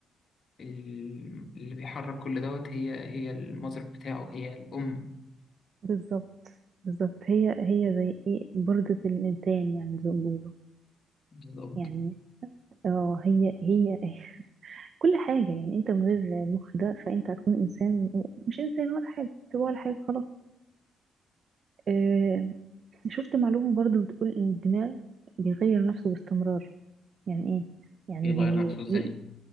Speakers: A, on the left; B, on the right.
A: ال- اللي بيحرك كل دوت هي هي المذر بتاعه هي الأم
B: بالظبط بالظبط هي هي زي ايه بردة الإنسان يعني زي ما بيقولوا
A: بالظبط
B: يعني اه هي هي <laughs> كل حاجة يعني انت من غير المخ ده فانت هتكون انسان مش انسان ولا حاجة تبقى ولا حاجة خلاص اه شفت معلومة برضو بتقول ان الدماغ بيغير نفسه باستمرار يعني ايه يعني
A: بيغير
B: بيعيد
A: نفسه ازاي